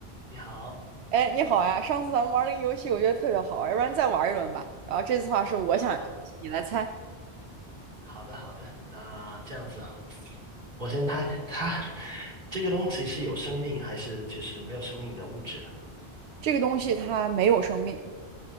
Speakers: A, on the right; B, on the right.
A: 你好，
B: 哎，你好呀！上次咱们玩儿那个游戏，我觉得特别好玩儿要不然再玩儿一轮吧。然后这次的话是我想一个东西，
A: 好，
B: 你来猜。
A: 好的，好的。那这样子，我先猜，它这个东西是有生命还是就是没有生命的物质？呢？
B: 这个东西它没有生命，